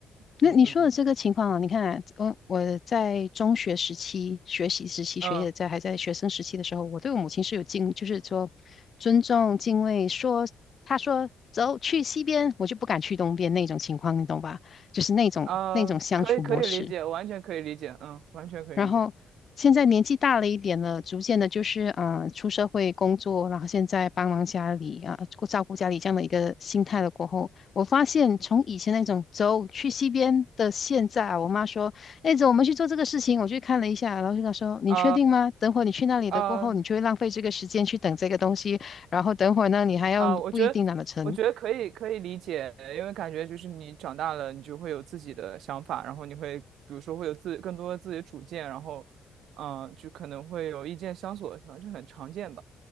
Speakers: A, on the right (about 80°); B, on the left (about 45°).
A: 嗯嗯
B: 那你说的这个情况啊，你看啊，我我在中学时期、学习时期、
A: 嗯
B: 学业在还在学生时期的时候，我对我母亲是有敬，就是说尊重、敬畏。说她说走去西边，我就不敢去东边那种情况，你懂吧？就是那种那种相处模式。
A: 啊，可以可以理解，完全可以理解，嗯，完全可以理解。
B: 然后现在年纪大了一点了，逐渐的，就是啊、呃出社会工作，然后现在帮忙家里啊，顾照顾家里这样的一个心态了过后，我发现从以前那种走去西边的现在啊，我妈说，哎，走，我们去做这个事情，我去看了一下，然后就跟她说，你确定吗？
A: 啊
B: 等会儿你去那里的过后，
A: 啊，呃
B: 你就会浪费这个时间去等这个东西，然后等会儿呢，你还要不一定拿得成，
A: 啊，我觉得，我觉得可以，可以理解，因为感觉就是你长大了，你就会有自己的想法，然后你会，比如说会有自更多的自己的主见，然后，嗯、就可能会有意见相左的地方，这很常见吧。